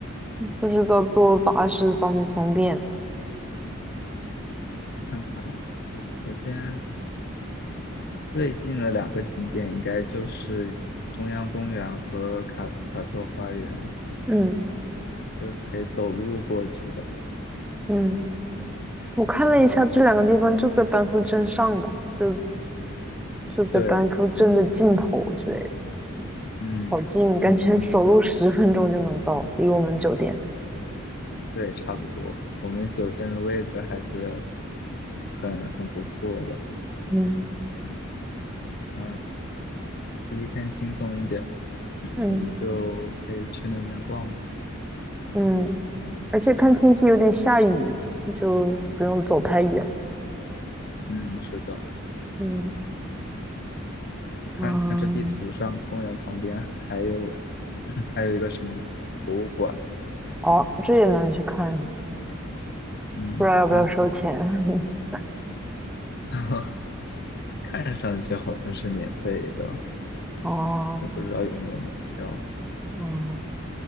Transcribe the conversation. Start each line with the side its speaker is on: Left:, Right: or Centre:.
Centre: 不知道坐巴士方不方便。
Left: 看看。首首先最近的两个景点应该就是中央公园和卡斯卡特花园，
Centre: 嗯
Left: 就是可以走路过去的。
Centre: 嗯，我看了一下，
Left: 这个
Centre: 这两个地方就在班夫镇上吧。就就在班夫镇的尽头之类
Left: 对，
Centre: 的，
Left: 嗯，
Centre: 好近，感觉
Left: 很近的，
Centre: <laughs> 走路十分钟就能到，离我们酒店。
Left: 对，差不多。我们酒店的位置还是很很不错的。
Centre: 嗯
Left: 啊、第一天轻松一点，
Centre: 嗯
Left: 我们就可以去那边逛逛。
Centre: 嗯，而且看天气有点下雨，就不用走太远。
Left: 嗯，是的，
Centre: 嗯
Left: 你看看这地图上，
Centre: 嗯，
Left: 公园旁边还有 <clears throat> 还有一个什么馆？
Centre: 哦，这也能去看，
Left: 嗯，
Centre: 不知道要不要收钱。
Left: 班夫，
Centre: <laughs>
Left: <laughs> 看上去好像是免费的，
Centre: 哦，
Left: 也不知道有没有门票，
Centre: 哦